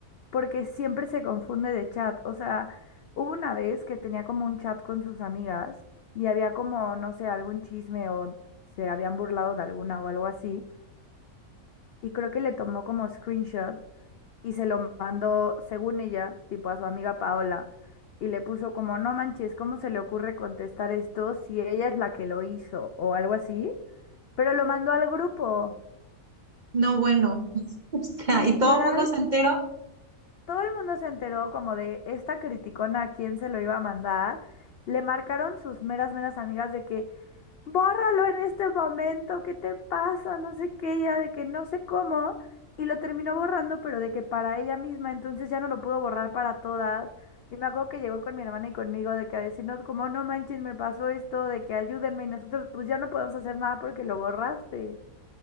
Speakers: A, on the left; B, on the right.
A: porque siempre se confunde de chat. O sea, hubo una vez que tenía como un chat con sus amigas y había como, no sé, algún chisme o se habían burlado de alguna o algo así. Y creo que le tomó como screenshot y se lo mandó, según ella, tipo a su amiga Paola. Y le puso como, no manches, ¿cómo se le ocurre contestar esto si ella es la que lo hizo o algo así? Pero lo mandó al grupo.
B: No, bueno, <laughs> o sea,
A: Y literal,
B: y todo el mundo se enteró.
A: Todo el mundo se enteró como de esta criticona a quién se lo iba a mandar. Le marcaron sus meras, meras amigas de que, bórralo en este momento, ¿qué te pasa? No sé qué, ya de que no sé cómo. Y lo terminó borrando, pero de que para ella misma, entonces ya no lo pudo borrar para todas. Y me acuerdo que llegó con mi hermana y conmigo de que a decirnos como, no manches, me pasó esto, de que ayúdenme y nosotros pues ya no podemos hacer nada porque lo borraste.